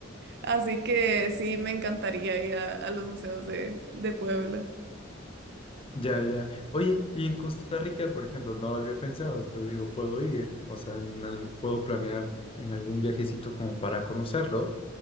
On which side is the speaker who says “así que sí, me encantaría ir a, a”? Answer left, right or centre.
Right